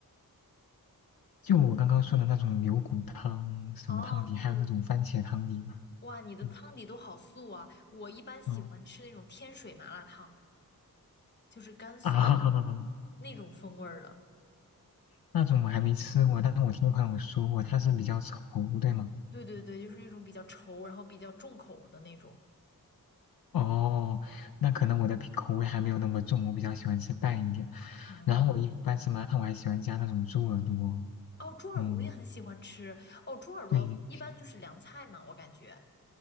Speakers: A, on the left; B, on the left.
A: 就我刚刚说的那种牛骨汤、什么汤底，
B: 哦，
A: 还有那种番茄汤底嘛，
B: 你哇，你的汤底都好素啊！
A: 嗯
B: 我一般喜欢吃那种天水麻辣烫，
A: 嗯
B: 就是甘肃的那种那种风味儿的。
A: 啊，<laughs> 那种我还没吃过，但我听朋友说过，它是比较稠，对吗？
B: 对对对，就是那种比较稠，然后比较重口的那种。
A: 哦，那可能我的口口味还没有那么重，我比较喜欢吃淡一点。
B: 嗯，
A: 然后我一般吃麻辣烫，我还喜欢加那种猪耳朵，
B: 哦，猪耳朵我也很喜欢吃。
A: 嗯。
B: 哦，猪耳朵一般就是凉菜嘛，
A: 对，
B: 我感觉。